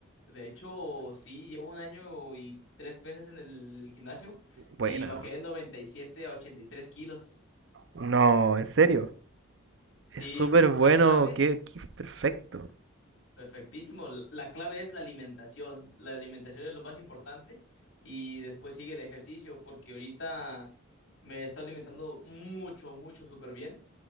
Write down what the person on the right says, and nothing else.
Buena,
weón.
No, en serio.
Es súper bueno.
Qué, qué perfecto.